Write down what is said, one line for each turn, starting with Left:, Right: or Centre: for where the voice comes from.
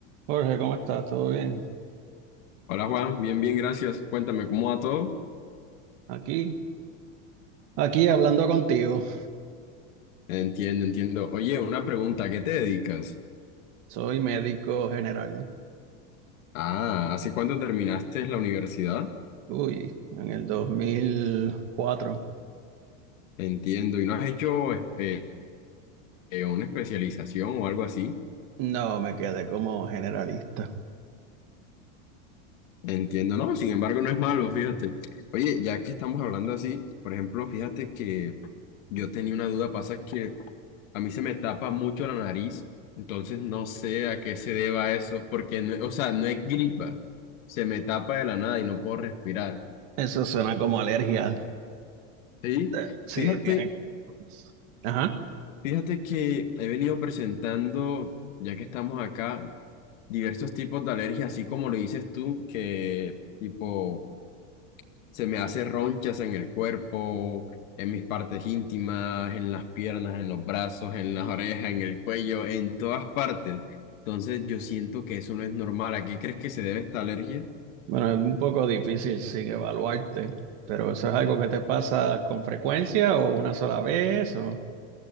Right: Jorge, ¿cómo estás? ¿Todo bien?
Left: Hola Juan, bien, bien, gracias. Cuéntame, ¿cómo va todo?
Right: Aquí, aquí hablando contigo.
Left: Entiendo, entiendo. Oye, una pregunta, ¿a qué te dedicas?
Right: Soy médico general.
Left: Ah, ¿hace cuánto terminaste la universidad?
Right: Uy, en el 2004.
Left: Entiendo, ¿y no has hecho eh, eh, una especialización o algo así?
Right: No, me quedé como generalista.
Left: Entiendo, no, sin embargo, no es malo, fíjate. Oye, ya que estamos hablando así, por ejemplo, fíjate que yo tenía una duda, pasa que a mí se me tapa mucho la nariz, entonces no sé a qué se deba eso, porque, no- o sea, no es gripa, se me tapa de la nada y no puedo respirar.
Right: Eso suena como alergia.
Left: Sí,
Right: Eh, Sí,
Left: fíjate,
Right: tiene. Ajá.
Left: fíjate que he venido presentando, ya que estamos acá, diversos tipos de alergias, así como lo dices tú, que tipo se me hace ronchas en el cuerpo, en mis partes íntimas, en las piernas, en los brazos, en las orejas, en el cuello, en todas partes. Entonces yo siento que eso no es normal. ¿A qué crees que se debe esta alergia?
Right: Bueno, es un poco difícil sin evaluarte, pero eso es algo que te pasa con frecuencia o una sola vez, o...